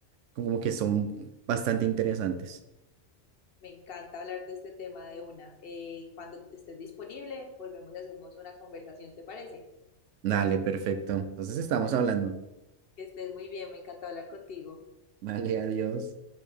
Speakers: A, on the right (about 80°); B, on the left (about 55°).
A: como que son bastante interesantes.
B: me encanta hablar de este tema de una. Eh, cuando estés disponible, volvemos y hacemos una conversación, ¿te parece?
A: Dale, perfecto. Entonces estamos hablando.
B: Que estés muy bien, me encanta hablar contigo.
A: Vale, adiós.